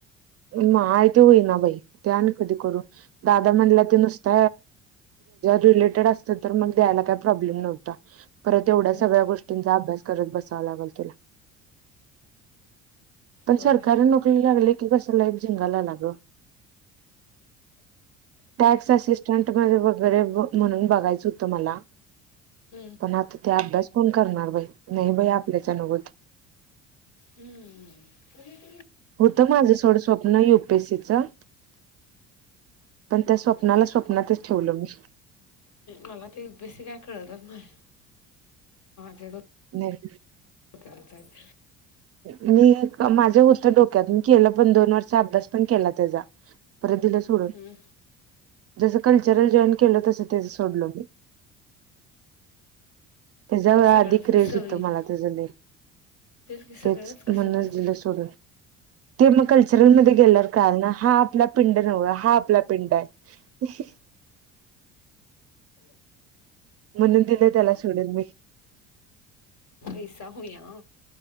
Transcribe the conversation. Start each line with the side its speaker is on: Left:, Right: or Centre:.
Right: माहि ते होई ना बाई ते आणि कधी करू दादा म्हणलं ते नुसत, रिलेटेड अस मग द्यायला काही प्रॉब्लेम नव्हता परत एवढ्या
Left: हम्म
Right: सगळ्या गोष्टींचा अभ्यास करत ब गल तुला. पण
Left: होय
Right: सरकारी नोकरी लागली की कस लाईफ झिनगालागा ग. टॅक्स असिस्टं वगैरे म्हणून बघायचं होतं मला
Left: हम्म
Right: पण आता त्या अभ्यास, कोण करणार बाई नाही बाई आपल्याच्या होत.
Left: हम्म
Right: होतं माझं सोडं स्वप्न युपीएससीचं. पण त्या स्वप्नाला
Left: म
Right: स्वप्नातच ठेवलं मी.
Left: मला यु पी एस पी कळत नाही. म जड
Right: नाही
Left: ओकेच
Right: मी माझं होतं डोक्यातून केलं पण दोन वर्ष अभ्यास पण केला. त्याचा परत दिलं सोडून.
Left: हम्म,
Right: जसं कल्चरल जॉईन केलं तस ते सोडलो मी. त्याच्या व
Left: सगळंच
Right: आधीि क्रेझ
Left: कसं
Right: होतं
Left: होईल
Right: मला तेझ लय,
Left: की सगळंच
Right: तेच
Left: कसं
Right: म्हणच
Left: होईल
Right: दिले सोडून. ते मग कल्चरल मध्ये गेल्यावर कारण हा आपला पिंड नव्ह हा आपला- पिड म्हणून दिले त्याला सोडून मी.
Left: औसा होईया